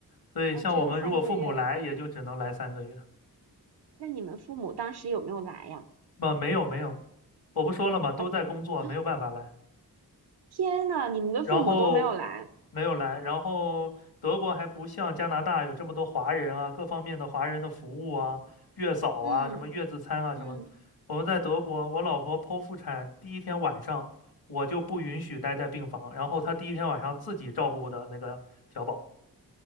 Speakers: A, on the left; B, on the right.
A: 所以像我们如果父母来，
B: 哦只有三个月，
A: 也就只能来三个月。
B: 那你们父母当时有没有来呀？
A: 不，没有没有，我不说了嘛，都在工作，
B: 啊，<sucks teeth>
A: 没有办法来。
B: 天呐，你们的父母都没有来，
A: 然后没有来，然后德国还不像加拿大有这么多华人啊，各方面的华人的服务啊，月嫂啊，
B: 嗯
A: 什么月子餐啊，什么。
B: 嗯，
A: 我们在德国，我老婆剖腹产第一天晚上，我就不允许待在病房，然后她第一天晚上自己照顾的那个小宝。